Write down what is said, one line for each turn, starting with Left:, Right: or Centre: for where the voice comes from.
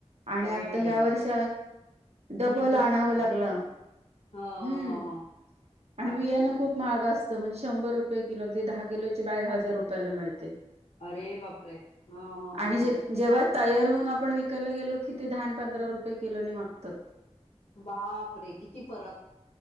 Right: आणि
Left: अरे
Right: आता ह्या
Left: देवा
Right: वर्ष डबोला
Left: अजून
Right: आणावं
Left: पत्ता
Right: लागलं
Left: ह
Right: हम्म
Left: ह
Right: आणि
Left: ह
Right: बियाणं खूप महाग अस म्हणजे शंभर रुपये किलो दहा किलोची बॅग हजार रुपयाला मिळते
Left: अरे बापरे हा
Right: आणि
Left: हा ह
Right: जे
Left: ह
Right: जेव्हा तयार होऊन आपण विकायला गेलो की ते धान पंधरा रुपये किलोनी मागतात
Left: बाप रे किती फरक